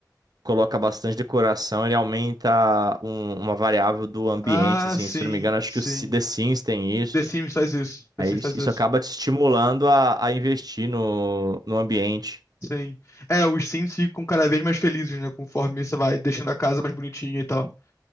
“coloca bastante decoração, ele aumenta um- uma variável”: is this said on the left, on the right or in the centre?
Right